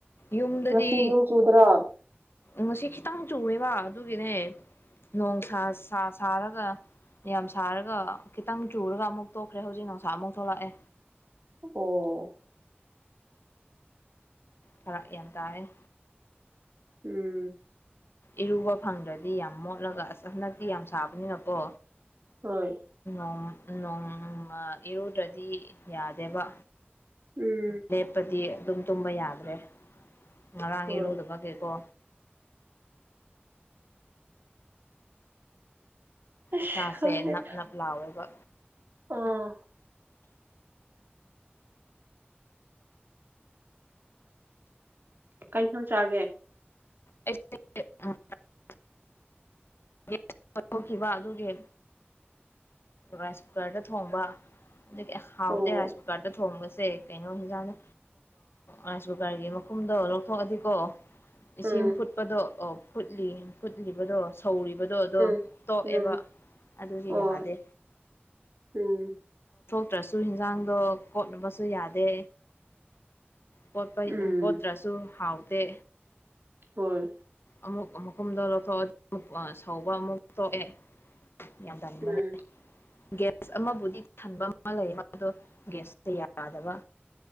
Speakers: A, on the left; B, on the right.
A: ꯌꯨꯝꯗꯗꯤ
B: ꯉꯁꯤ ꯅꯣꯡ ꯆꯨꯗ꯭ꯔꯣ ꯑꯣ
A: ꯉꯁꯤ ꯈꯤꯇꯪ ꯆꯨꯑꯦꯕ ꯑꯗꯨꯒꯤꯅꯦ ꯅꯣꯡ ꯁꯥ ꯁꯥ ꯁꯥꯔꯒ ꯌꯥꯝ ꯁꯥꯔꯒ ꯈꯤꯇꯪ ꯆꯨꯔꯒ ꯑꯃꯨꯛ ꯇꯣꯛꯈ꯭ꯔꯦ ꯍꯧꯖꯤꯛ ꯅꯨꯡꯁꯥ ꯑꯃꯨꯛ ꯊꯣꯛꯂꯛꯑꯦ
B: ꯑꯣ
A: ꯐꯔꯥꯛ ꯌꯥꯝ ꯇꯥꯌ‌ꯦ
B: ꯎꯝ
A: ꯏꯔꯨꯕ ꯐꯪꯗ꯭ꯔꯗꯤ ꯌꯥꯝ ꯃꯣꯠꯂꯒ ꯑꯁ ꯍꯟꯗꯛꯇꯤ ꯌꯥꯝ ꯁꯥꯕꯅꯤꯅꯀꯣ
B: ꯍꯣꯏ
A: ꯑ <unintelligible> ꯅꯣꯡꯃ ꯏꯔꯨꯗ꯭ꯔꯗꯤ ꯌꯥꯗꯦꯕ
B: ꯎꯝ
A: ꯂꯦꯞꯄꯗꯤ ꯑꯗꯨꯝ ꯇꯨꯝꯕ ꯌꯥꯗ꯭ꯔꯦ ꯉꯔꯥꯡ
B: ꯍꯣꯏ
A: ꯏꯔꯨꯗꯕ ꯀꯩꯀꯣ
B: ꯑꯁ
A: ꯏꯁꯥꯁꯦ
B: ꯈꯪꯗꯦꯗ
A: ꯅꯞ ꯅꯞ ꯂꯥꯎꯋꯦꯕ
B: ꯑꯥ ꯀꯩ ꯊꫭꯡ ꯆꯒꯦ
A: ꯑꯩ <unintelligible> ꯒ‌ꯦꯋꯁ ꯊꯣꯛꯈꯤꯕ ꯑꯗꯨꯒꯤ ꯔꯥꯏꯁ ꯀꯨꯀꯔꯗ ꯊꯣꯡꯕ ꯑꯗꯨꯗꯒꯤ ꯍꯥꯎꯗꯦ
B: ꯑꯣ
A: ꯔꯥꯁꯟ ꯀꯨꯀꯔꯗ ꯊꯣꯡꯕꯁꯦ ꯁꯦ ꯀꯩꯅꯣ ꯍꯟꯖꯥꯡꯗꯨ ꯔꯥꯏꯁ ꯀꯨꯀꯔꯒꯤ ꯃꯈꯨꯝꯗꯣ ꯂꯧꯊꯣꯛꯑꯗꯤꯀꯣ ꯏꯁꯤꯡ
B: ꯎꯝ
A: ꯐꯨꯠꯄꯗꯣ ꯑꯣ ꯐꯨꯠꯂꯤ ꯐꯨꯠꯂꯤꯕꯗꯣ ꯁꯧꯔꯤꯕꯗꯣ- ꯑꯣ ꯑꯗꯨꯝ
B: ꯎꯝ
A: ꯇꯣꯛꯑꯦꯕ
B: ꯎꯝ
A: ꯑꯗꯨꯗꯤ
B: ꯍꯣꯏ
A: ꯌꯥꯗꯦ
B: ꯎꯝ
A: ꯅꯠꯇ꯭ꯔꯁꯨ ꯍꯤꯟꯖꯥꯡꯗꯣ ꯀꯣꯠꯅꯕꯁꯨ ꯌꯥꯗꯦ ꯀꯣꯠꯄ
B: ꯎꯝ
A: ꯀꯣꯠꯇ꯭ꯔꯁꯨ ꯍꯥꯎꯇꯦ
B: ꯍꫭꯏ
A: ꯑꯃꯨꯛ ‌ꯃꯈꯨꯝꯗꯣ ꯂꯧꯊꯣꯛꯑꯗꯤ ꯑꯃꯨꯛ ꯁꯧꯕ ꯑꯃꯨꯛ ꯇꯣꯛꯑꯦ ꯌꯥꯝ ꯇꯟꯕꯅꯦ
B: ꯎꯝ
A: ꯒ꯭ꯌꯥꯁ ꯑꯃꯕꯨꯗꯤ ꯊꯟꯕ ꯑꯃ ꯂꯩ ꯑꯗꯣ ꯒ꯭ꯌꯥꯁꯇ ꯌꯥꯗꯕ